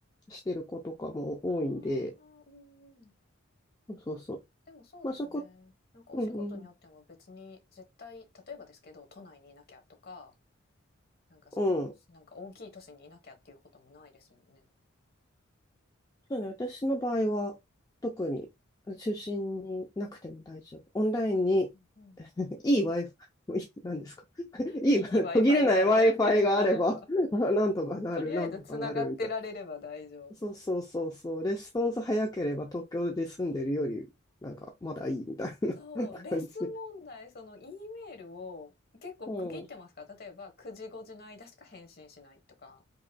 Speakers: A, on the left; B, on the left.
A: してる子とかも多いんで、
B: ああ、うんうん。
A: そうそうそう。
B: でもそうですよね。
A: まあ、そこ、
B: なんかお仕事によっても別に絶対、
A: うんうん。
B: 例えばですけど、都内にいなきゃとか、なんかその、
A: うん
B: なんか大きい都市にいなきゃっていうこともないですもんね。
A: そうね、私の場合は特に中心になくても大丈夫。オンラインに
B: うん。
A: いい Wi-Fi、<laughs> いい何ですか <laughs> いい、
B: いい、
A: <laughs>
B: いい Wi-Fi
A: 途切れない
B: がある、
A: Wi-Fi
B: Wi-Fi
A: があれば、
B: があれば。
A: <laughs> なんとかなる、
B: とりあえずつながってられれば大丈夫みたいな。
A: なんとかなるみたいな。そうそうそうそう、レスポンス早ければ東京で住んでるより、なんかまだいいみたいな
B: そう、
A: <laughs>
B: レス問題、
A: 感じ。
B: その E メールを結構区切ってますか例えば9時5時の間しか返信しないとか。
A: うん。